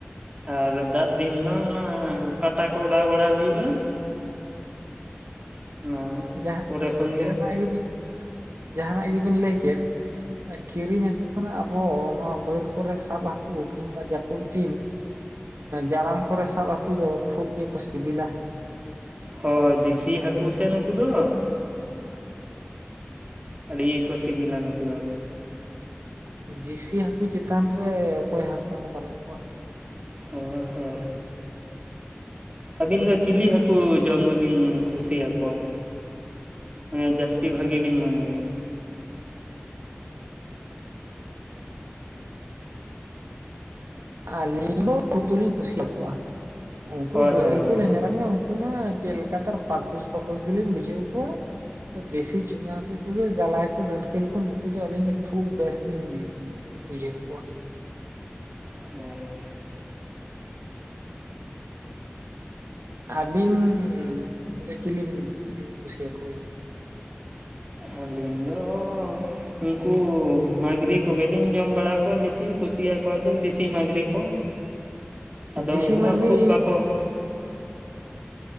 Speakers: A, on the right; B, on the right.
A: ᱟᱨ ᱫᱟᱜ ᱫᱤᱱ ᱢᱟ ᱚᱱᱟ ᱯᱟᱴᱟ ᱠᱚ ᱚᱰᱟᱣ ᱵᱟᱲᱟ ᱦᱩᱭᱩᱜᱼᱟ᱾ <unintelligible>
B: ᱡᱟᱦᱟᱸ
A: ᱯᱚᱨᱮ ᱠᱷᱚᱱ
B: ᱡᱟᱦᱟᱱᱟᱜ ᱜᱮ ᱵᱤᱱ ᱡᱟᱦᱟᱱᱟᱜ ᱜᱮᱵᱤᱱ ᱞᱟᱹᱭ ᱠᱮᱫ ᱠᱤᱨᱤᱧ ᱦᱟᱹᱠᱩ ᱡᱚᱠᱷᱚᱱᱟᱜ ᱟᱵᱚ ᱱᱚᱣᱟ ᱵᱟᱹᱫ ᱠᱚᱨᱮ ᱥᱟᱵ ᱦᱟᱠᱩ ᱠᱤᱝᱵᱟ ᱡᱟᱹᱯᱩᱫ ᱫᱤᱱ ᱡᱟᱲᱟᱢ ᱠᱚᱨᱮ ᱥᱟᱵ ᱦᱟᱠᱩ ᱫᱚ ᱠᱷᱩᱵ ᱜᱮᱠᱚ ᱥᱤᱵᱤᱞᱟ᱾
A: ᱦᱳᱭ ᱫᱮᱥᱤ ᱦᱟᱹᱠᱩ ᱥᱮ ᱱᱩᱠᱩ ᱫᱚ᱾ ᱟᱹᱰᱤ ᱜᱮᱠᱚ ᱥᱤᱵᱤᱞᱟ ᱱᱩᱠᱩ ᱫᱚ᱾
B: ᱫᱮᱥᱤ ᱦᱟᱹᱠᱩ ᱪᱮᱛᱟᱱ ᱨᱮ ᱚᱠᱚᱭ ᱦᱟᱹᱠᱩ ᱦᱚᱸ ᱵᱟᱹᱱᱩᱜ ᱠᱚᱣᱟ᱾
A: ᱦᱳᱭ ᱦᱳᱭ ᱟᱹᱵᱤᱱ ᱫᱚ ᱪᱤᱞᱤ ᱦᱟᱹᱠᱩ ᱡᱚᱢ ᱫᱚᱵᱤᱱ ᱠᱩᱥᱤᱭᱟᱠᱚᱣᱟ? ᱦᱮᱸ ᱡᱟᱹᱥᱛᱤ ᱵᱷᱟᱹᱜᱤ ᱵᱤᱱ ᱢᱚᱱᱮᱭᱟ
B: ᱟᱹᱞᱤᱧ ᱫᱚ ᱠᱷᱩᱵ ᱫᱚᱞᱤᱧ ᱠᱩᱥᱤᱭᱟᱠᱚᱣᱟ ᱩᱱᱠᱩ
A: ᱦᱳᱭ
B: ᱜᱟᱹᱲᱟᱹᱭ
A: ᱦᱳᱭ
B: ᱠᱚ
A: ᱦᱳᱭ
B: ᱞᱮᱧᱡᱨᱟ ᱩᱱᱠᱩ ᱢᱟ ᱪᱮᱫᱞᱮᱠᱟ ᱪᱚ ᱯᱟᱠᱩᱥ ᱯᱟᱠᱩᱥ ᱜᱮᱞᱤᱧ ᱵᱩᱡᱷᱟᱹᱣ ᱠᱚᱣᱟ᱾ ᱫᱮᱥᱤ ᱪᱩᱱᱟ ᱦᱟᱹᱠᱩ ᱠᱚᱜᱮ ᱡᱟᱞᱟᱭ ᱠᱚ ᱰᱟᱹᱲᱠᱟᱹ ᱞᱮᱠᱚ ᱱᱩᱠᱩ ᱫᱚ ᱟᱹᱞᱤᱧ ᱫᱚ ᱠᱷᱩᱵ ᱵᱮᱥᱞᱤᱧ ᱵᱩᱡᱟᱹᱣ ᱠᱚᱣᱟ
A: ᱚ
B: ᱟᱹᱵᱤᱱ ᱫᱚ ᱪᱤᱞᱤ ᱵᱤᱱ ᱠᱩᱥᱤᱭᱟ ᱠᱚ ᱜᱮᱭᱟ?
A: ᱟᱹᱞᱤᱧ ᱫᱚ ᱩᱱᱠᱩ ᱢᱟᱹᱜᱽᱨᱤ ᱠᱚᱜᱮᱞᱤᱧ ᱡᱚᱢ ᱵᱟᱲᱟ ᱠᱚᱣᱟ ᱵᱤᱥᱤ ᱠᱩᱥᱤᱭᱟᱠᱚᱣᱟᱞᱤᱧ ᱫᱮᱥᱤ ᱢᱟᱹᱜᱽᱨᱤ ᱠᱚ᱾ ᱟᱫᱚ
B: ᱡᱮᱥᱤ
A: ᱩᱱᱠᱩ
B: ᱢᱟᱹᱜᱽᱨᱤ
A: ᱢᱟ ᱠᱷᱩᱵ ᱵᱟᱠᱚ